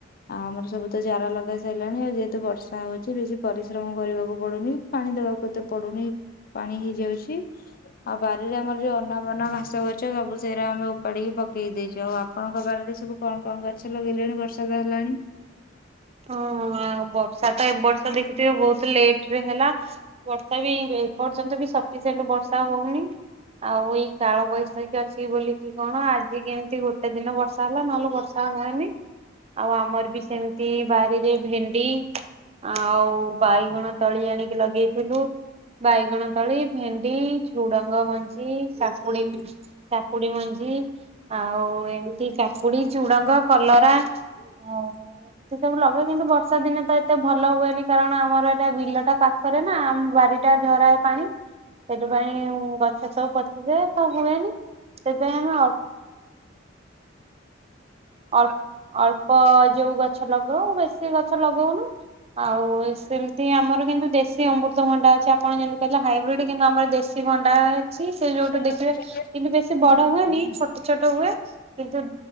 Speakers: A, on the left; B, on the right.
A: ଆଉ ଆମର ସବୁ ତ ଚାରା ଲଗା ସଇଲାଣି ଆଉ ଯେହେତୁ ବର୍ଷା ହଉଛି ବେଶୀ ପରିଶ୍ରମ କରିବାକୁ ପଡୁନି। ପାଣି ଦବାକୁ ଏତେ ପଡୁନି ପାଣି ହେଇଯାଉଛି। ଆଉ ବାରିରେ ଆମର ଯୋଉ ଅନା ବନା ଘାସ ଗଛ ସବୁ ସେଇରା ଆମର ଉପାଡିକି ପକେଇ ଦେଇଛୁ ଆଉ ଆପଣଙ୍କ ବାରିରେ ସବୁ କଣ କଣ ଗଛ ଲଗେଇଲେଣି ବର୍ଷାଦ ହେଲାଣି?
B: ହ ଆଉ ବର୍ଷା ତ ଏ ବର୍ଷ ଦେଖିଥିବେ ବହୁତ ଲେଟ ରେ ହେଲା। ବର୍ଷା ବି ଏପର୍ଯ୍ୟନ୍ତ ବି ସଫିସେଣ୍ଟ ବର୍ଷା ହଉନି। ଆଉ ଏଇ କାଳ ବୈଶାଖୀ ଅଛି ବୋଲିକି କଣ ଆଜି କେମିତି ଗୋଟେ ଦିନ ବର୍ଷା ହେଲା ନହେଲେ ବର୍ଷା ହୁଏନି ଆଉ ଆମର ବି ସେମିତି ଏ ବାରିରେ ଭେଣ୍ଡି ଆଉ ବାଇଗଣ ତଳି ଆଣିକି ଲଗେଇଥିଲୁ। ବାଇଗଣ ତଳି ଭେଣ୍ଡି ଝୁଡଙ୍ଗ ମଞ୍ଜି କାକୁଡି କାକୁଡି ମଞ୍ଜି ଆଉ ଏମିତି କାକୁଡି ଝୁଡଙ୍ଗ କଲରା ଆଉ ଏ ସବୁ ଲଗେ କିନ୍ତୁ ବର୍ଷା ଦିନେ ତ ଏତେ ଭଲ ହୁଏନି କାରଣ ଆମର ଏଇଟା ବିଲଟା ପାଖରେ ନା ବାରି ଟା ଝରାଏ ପାଣି ସେଥିପାଇଁ ଗଛ ସବୁ ପଚିଯାଏ ସବୁ ହୁଏନି ସେଥିପାଇଁ ଆମେ ଅଳ୍ ଅଳ୍ପ ଯୋଉ ଗଛ ଲଗାଉ ବେଶୀ ଗଛ ଲଗଉନୁ ଆଉ ସେମିତି ଆମର କିନ୍ତୁ ଦେଶୀ ଅମୃତଭଣ୍ଡା ଅଛି ଆପଣ ଯେମିତି କହିଲେ ହାଇବ୍ରିଡ୍ କିନ୍ତୁ ଆମର ଦେଶୀ ଶିଭଣ୍ଡା ଅଛି ସେ ଯୋଉଠୁ
A: ହଁ।
B: ଦେଖିବେ କିନ୍ତୁ ବେଶ ବଡ ହୁଏନି ଛୋଟ ଛୋଟ ହୁଏ କିନ୍ତୁ